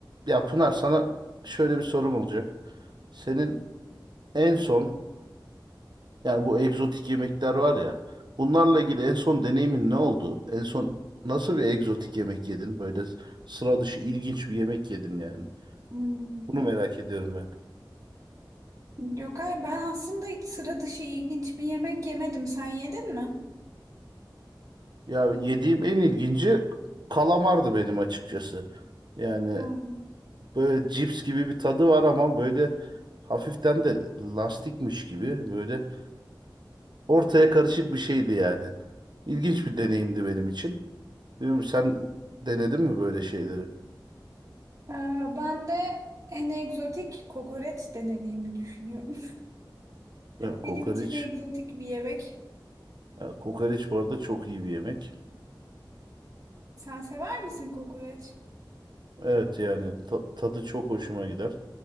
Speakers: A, on the right (about 60°); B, on the right (about 45°).
A: Ya Pınar sana şöyle bir sorum olacak. Senin en son yani bu egzotik yemekler var ya bunlarla ilgili en son deneyimin ne oldu? En son nasıl bir egzotik yemek yedin? Böyle sıra dışı ilginç bir yemek yedin yani.
B: Hmm.
A: Bunu merak ediyorum ben.
B: Gökay ben aslında hiç sıra dışı ilginç bir yemek yemedim. Sen yedin mi?
A: Ya yediğim en ilginci kalamardı benim açıkçası. Yani
B: Hmm.
A: böyle cips gibi bir tadı var ama böyle hafiften de lastikmiş gibi böyle ortaya karışık bir şeydi yani. İlginç bir deneyimdi benim için. Bilmiyorum sen denedin mi böyle şeyleri?
B: Ee, ben de en egzotik kokoreç denediğimi düşünüyorum. <laughs>
A: Ha,
B: Benim
A: kokoreç.
B: için egzotik bir yemek.
A: Ha, kokoreç bu arada çok iyi bir yemek.
B: Sen sever misin kokoreç?
A: Evet yani ta- tadı çok hoşuma gider.